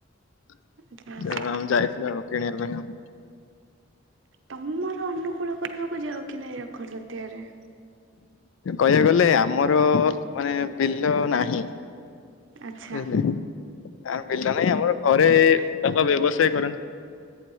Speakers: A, on the left; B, on the right.
A: ତ
B: ଆଚ୍ଛା ଆଚ୍ଛା
A: ଆମ ଯାଇଥିଲୁ ଆଉ କିଣିବା ପାଇଁ ଆଉ
B: ତମର ଅନୁକୂଳ କରିବାକୁ ଯାଉ କି ନାହିଁ ଅକ୍ଷର ଜାତଆରେ
A: କହିବାକୁ ଗଲେ ଆମର ମାନେ ବିଲ ନାହିଁ
B: ଆଚ୍ଛା
A: ବୁଝିଲେ ଆମ ବିଲ ନାହିଁ ଆମର ଘରେ ବାପା ବ୍ୟବସାୟ କରନ୍ତି